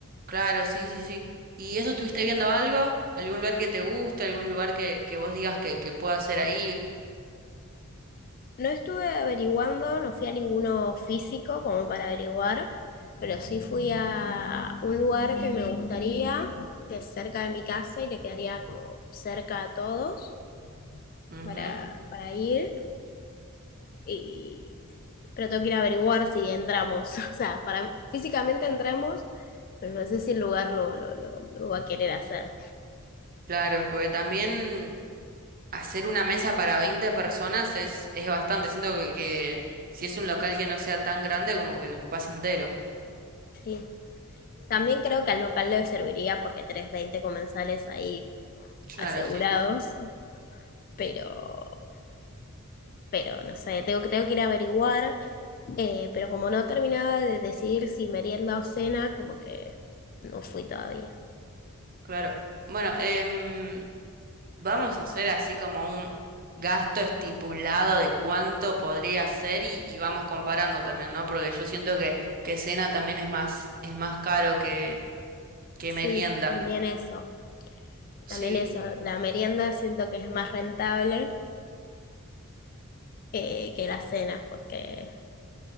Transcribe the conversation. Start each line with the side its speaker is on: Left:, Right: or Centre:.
Right: Claro, sí, sí, sí. ¿Y eso estuviste viendo algo? ¿Algún lugar que te guste? ¿Algún lugar que, que vos digas que, que pueda hacer ahí?
Left: No estuve averiguando, no fui a ninguno físico como para averiguar, pero sí fui a un lugar que me gustaría, que es cerca de mi casa y le quedaría como cerca a todos
Right: Ujú.
Left: para, para ir. Y, pero tengo que ir a averiguar si entramos. <laughs> O sea, para, físicamente entramos, pero no sé si el lugar lo, lo, lo, lo va a querer hacer.
Right: Claro, porque también Hacer una mesa para 20 personas es, es bastante. Siento que, que si es un local que no sea tan grande, como que lo ocupas entero.
Left: Sí. También creo que al local le serviría porque tenés 20 comensales ahí
Right: Claro,
Left: asegurados,
Right: sí,
Left: pero... pero no sé, tengo que, tengo que ir a averiguar, eh, pero como no terminaba de decidir si merienda o cena, como que no fui todavía.
Right: claro. Bueno, em, vamos a hacer así como un gasto estipulado de cuánto podría ser y, y vamos comparando también, ¿no? Porque yo siento que, que cena también es más, es más caro que, que
Left: Sí,
Right: merienda.
Left: también eso,
Right: Sí,
Left: también eso, la merienda siento que es más rentable eh, que la cena, porque